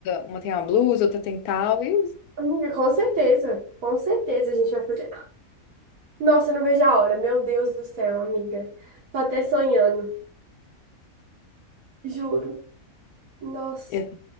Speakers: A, on the left (about 85°); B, on the right (about 70°).
A: uma tem uma blusa, outra tem tal e
B: Amiga, com certeza. Com certeza a gente vai fazer. Nossa, eu não vejo a hora. Meu Deus do céu, amiga. Tô até sonhando. Juro. Nossa.
A: usar,